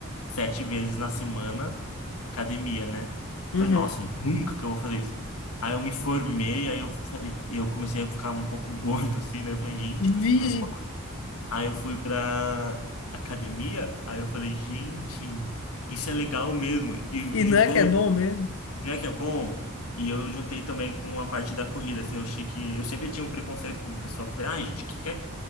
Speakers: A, on the left; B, on the left.
A: sete vezes na semana academia, né?
B: Uhum.
A: Falei, nossa, nunca que eu vou fazer isso. Aí eu me formei, aí eu falei- eu comecei a ficar um pouco <laughs> gordo assim, daí eu falei, gente, eu preciso
B: Vige.
A: de alguma coisa. Aí eu fui pra academia, aí eu falei, gente, isso é legal mesmo. E,
B: E
A: e
B: não
A: juntou
B: é que é bom mesmo?
A: não é que é bom? E eu juntei também com a parte da corrida, assim, eu achei que... Eu sempre tinha um preconceito com o pessoal, eu falei, ai, gente, que quer,